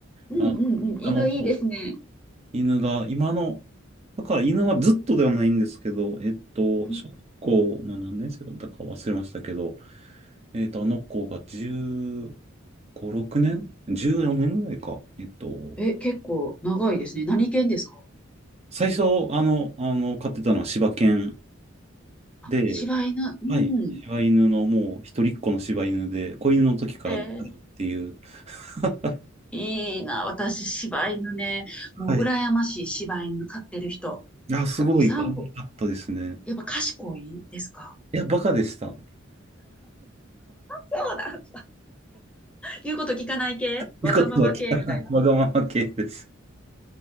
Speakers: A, in the centre; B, on the right.
A: うんうんうん。
B: あ、他の方、
A: 犬いいですね。
B: 犬が、今の、だから犬はずっとではないんですけど、えっと、
A: うん
B: 小学校の何年生だったか忘れましたけど、えっと、あの子が15、6年
A: うん。
B: ?14 年ぐらいか。えっと、
A: え、結構長いですね。何犬ですか
B: 最初、あの、あの、飼ってたのは柴犬
A: あ、
B: で、
A: 柴犬。うん。
B: はい、柴犬のもう一人っ子の柴犬で、子犬の時からのっていう。
A: えー
B: <laughs>
A: いいな、私、柴犬ね。もう、
B: はい。
A: 羨ましい柴犬飼ってる人。
B: いや、すごい可愛かったですね。
A: もう散歩、やっぱ賢いですか
B: いや、バカでした。
A: そうなんだ。言うこと聞かない系わがまま系みたいな。
B: よかったわけ。<laughs> わがまま系です。